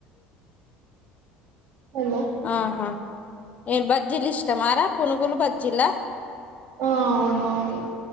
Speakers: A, on the right; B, on the left.
A: హలో
B: ఆహా ఏ బజ్జీలు ఇష్టంరా పునుగులు బజ్జీలా
A: ఆ అవును అవును